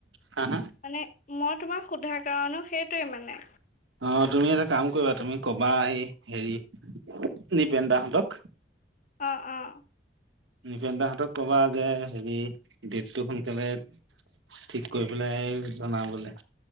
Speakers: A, on the right (about 80°); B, on the left (about 45°).
A: হা হা
B: মানে মই তোমাক সুধাৰ কাৰণো সেইটোৱে মানে।
A: অ তুমি এটা কাম কৰিবা তুমি কবা এই, হেৰি নিপেন দাহঁতক।
B: অৱ অৱ।
A: নিপেন দাহঁতক কবা যে হেৰি ডেটটো সোনকালে ঠিক কৰি পেলাই জনাবলে।